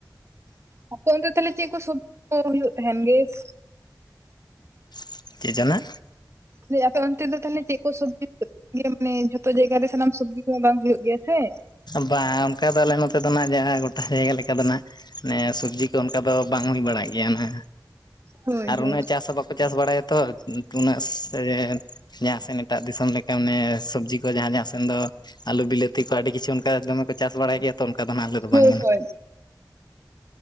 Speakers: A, on the right; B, on the left.
A: ᱟᱯᱮ ᱚᱱᱛᱮ ᱛᱟᱞᱦᱮ ᱪᱮᱜ ᱠᱚ ᱥᱚᱵ ᱠᱚ ᱦᱩᱭᱩᱜ ᱛᱟᱦᱮᱱ ᱵᱮᱥ?
B: ᱪᱮ ᱡᱟᱱᱟ
A: ᱫᱟᱹᱧ ᱟᱯᱮ ᱚᱱᱛᱮ ᱫᱚ ᱛᱟᱞᱦᱮ ᱪᱮᱜ ᱠᱚ ᱥᱚᱵ <inaudible> ᱜᱮ ᱢᱟᱱᱮ ᱡᱷᱚᱛᱚ ᱡᱟᱭᱜᱟ ᱨᱮ ᱥᱟᱱᱟᱢ ᱥᱚᱵᱽᱡᱤ ᱠᱚᱢᱟ ᱵᱟᱝ ᱦᱳᱭᱳᱜ ᱜᱮᱭᱟ ᱥᱮ᱾
B: ᱵᱟᱝ ᱚᱱᱠᱟ ᱫᱚ ᱟᱞᱮ ᱱᱚᱛᱮ ᱫᱚ ᱱᱟᱜ ᱡᱟᱦᱟᱸ ᱜᱚᱴᱟ ᱡᱟᱭᱜᱟ ᱞᱮᱠᱟ ᱫᱚ ᱱᱟᱜ ᱱᱮ ᱥᱚᱵᱽᱡᱤ ᱠᱚ ᱚᱱᱠᱟ ᱫᱚ ᱵᱟᱝ ᱦᱩᱭ ᱵᱟᱲᱟᱜ ᱜᱮᱭᱟ ᱱᱟ᱾
A: ᱦᱳᱭ
B: ᱟᱨ
A: ᱦᱳᱭ
B: ᱩᱱᱟᱹᱜ ᱪᱟᱥ ᱦᱚᱸ ᱵᱟᱠᱚ ᱪᱟᱥ ᱵᱟᱲᱟᱭᱟ ᱛᱚ ᱩᱱᱟᱹᱜ ᱥᱮᱻ ᱡᱟᱦᱟᱸ ᱥᱮᱱ ᱮᱴᱟᱜ ᱫᱤᱥᱚᱢ ᱞᱮᱠᱟ ᱢᱟᱱᱮ ᱥᱚᱵᱽᱡᱤ ᱠᱚ ᱡᱟᱦᱟᱸ ᱡᱟᱦᱟᱸ ᱥᱮᱱ ᱫᱚ ᱟᱹᱞᱩ ᱵᱤᱞᱟᱹᱛᱤ ᱠᱚ ᱟᱹᱰᱤ ᱠᱤᱪᱷᱩ ᱠᱟ ᱫᱚᱢᱮ ᱠᱚ ᱪᱟᱥ ᱵᱟᱲᱟᱭ ᱜᱮᱭᱟ ᱛᱚ ᱚᱱᱠᱟ ᱫᱚ ᱱᱟᱜ ᱟᱞᱮ ᱫᱚ
A: ᱦᱳᱭ
B: ᱵᱟᱝ᱾
A: ᱦᱳᱭ